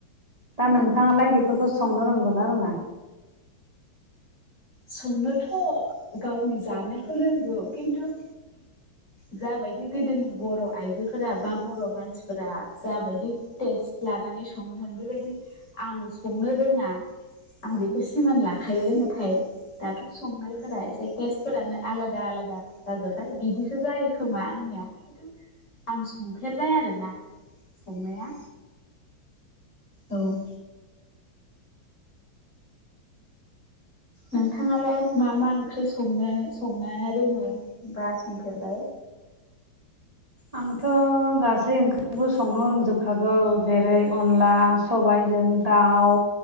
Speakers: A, on the right; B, on the left.
A: दा नोंथाङालाय बेफोरखौ संनो रोंगोना रोङा?
B: संनोथ' गावनि जानोखौ रोंगौ खिन्थु जाबायदि गोदोनि बर' आइजोफोरा बा बर' मानसिफोरा जाबायदि टेस्ट लानानै सङोमोन बेबायदि आं संनो रोङा। आं बेखौ सिमान लाखायो नाथाय दाथ' संनायफोरा एसे टेस्टफोरानो आलादा आलादा जाजोबबाय बिदिसो जायो खोमा आंनिया। आं संफेरबाय आरोना संनाया। औ नोंथाङालाय मा मा ओंख्रि संनो संनो रोङो बा संफेरबाय?
A: आंथ' गासै ओंख्रिखौबो संनो रोंजोबखागौ जेरै अनला सबाइजों दाउ